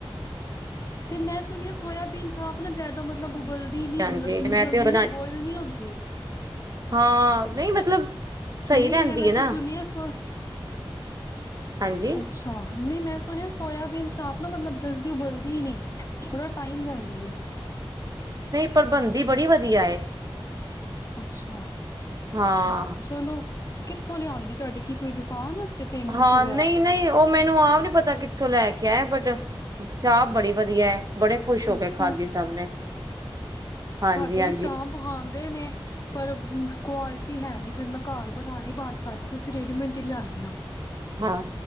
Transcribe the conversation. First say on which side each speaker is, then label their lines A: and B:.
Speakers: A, on the left; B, on the right.
A: ਤੇ ਮੈਂ ਸੁਣ ਸੋਇਆਬੀਨ ਚ ਆਪ ਨਾ ਜ਼ਿਆਦਾ ਮਤਲਬ ਬੁਬਲਦੀ ਨ
B: ਹਾਂਜੀ
A: ਮਤਲਬ ਇੰਨੀ
B: ਮੈਂ
A: ਜਲਦੀ
B: ਤੇ ਬਣਾਈ
A: ਨਾ ਬੁਆਇਲ ਨਹੀਂ ਹੁੰਦੀ
B: ਹਾਂ ਨਹੀਂ ਮਤਲਬ ਸਹੀ
A: ਨਹੀਂ
B: ਰਹਿੰਦੀ
A: ਮੈਂ ਵੈਸੇ
B: ਹੈ ਨਾ
A: ਸੁਣੀ ਹੈ ਸ
B: ਹਾਂਜੀ
A: ਅੱਛਾ ਨਹੀਂ ਮੈਂ ਸੁਣਿਆ ਸੋਇਆਬੀਨ ਚ ਆਪ ਆਪ ਨਾ ਮਤਲਬ ਜਲਦੀ ਉਬਲਦੀ ਹੀ ਨਹੀਂ ੜਾ ਟਾਈਮ ਲੈਂਦੀ
B: ਪ੍ਰਬੰਦੀ ਬੜੀ ਵਧੀਆ
A: ਅੱਛਾ
B: ਹਾਂ
A: ਚਲੋ ਕਿੱਥੋਂ ਲਿਆਉਂਦੀ ਤੁਹਾਡੇ ਕੀ ਕੋਈ ਦੁਕਾਨ ਆ ਫੇਮਸ
B: ਹਾਂ
A: ਵਗੈਰਾ
B: ਨਹੀਂ ਨਹੀਂ ਉਹ ਮੈਨੂੰ ਆਪ ਨਹੀ ਪਤਾ ਕਿ ਥੋਂ ਲੈ ਕੇ ਆਏ ਬਟ ਚਾਹ ਬੜੀ ਵਧੀਆ ਹੈ ਬੜੇ ਖੁਸ਼ ਹੋ ਕੇ
A: ਅੱਛਾ
B: ਖਾਧੀ ਸਭ ਨੇ ਹਾਂਜੀ
A: ਸਾਡੇ
B: ਹਾਂਜੀ
A: ਵੀ ਚਾਹ ਪਖਾਂਗੇ ਦੇ ਨੇ ਪਰ ਕੁਆਲਿਟੀ ਹੈ ਨਹੀਂ ਫਿਰ ਮੈਂ ਘਰ ਬਣਾਣੀ ਬੰਦ ਕਰਤੀ ਅਸੀਂ ਰੇਡੀਮੇਟ ਹੀ ਲਿਆਦੇ ਆਾਂ
B: ਹਾਂ